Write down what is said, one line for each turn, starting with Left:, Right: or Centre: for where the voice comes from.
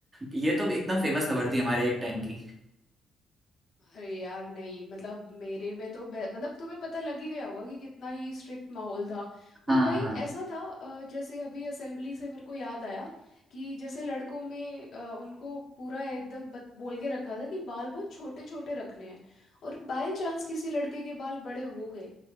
Right: ये तो एकदम फेमस खबर थी हमारे एक टाइम की
Left: अरे यार नहीं मतलब मेरे में तो बे- मतलब तुम्हें पता लग ही गया होगा कि कितना ही स्ट्रिक्ट माहौल था
Right: हाँ
Left: और भाई
Right: हाँ
Left: ऐसा था अ, जैसे अभी असेंबली से मेरे को याद आया कि जैसे लड़कों में अ, उनको पूरा एकदम बत, बोल के रखा था कि बाल वो छोटे छोटे रखने हैं और बाय चांस किसी लड़के के बाल बड़े हो गए